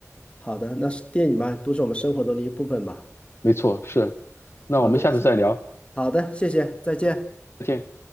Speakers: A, on the left; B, on the left.
A: 好的，那是电影嘛，都是我们生活中的一部分嘛。
B: 没错，是，那我们下次再聊，
A: 好的，谢好的，谢谢，再见。
B: 再见。